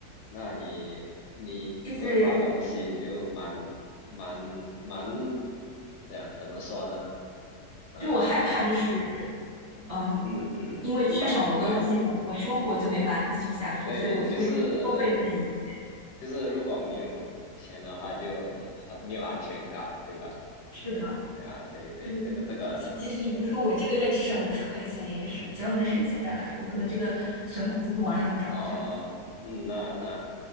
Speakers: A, on the left; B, on the right.
A: 那你你规划东西就蛮
B: 就是
A: 蛮蛮这样怎么说呢？呃，
B: 就我害怕就是，嗯，
A: 嗯嗯，
B: 因为缺少某个东西，
A: 明白明白，
B: 我我生活就没法继续下去，
A: 对，
B: 所以我就会多备份一些。
A: 就是就是如果没有钱的话就很没有安全感，对吧？
B: 是的，
A: 啊，对对，
B: 就是
A: 这个这个呢，
B: 即即使就比如说我这个月只省五十块钱，也是省，只要能省下来，我可能这个存款就会往上涨这样子。
A: 哦，嗯，那那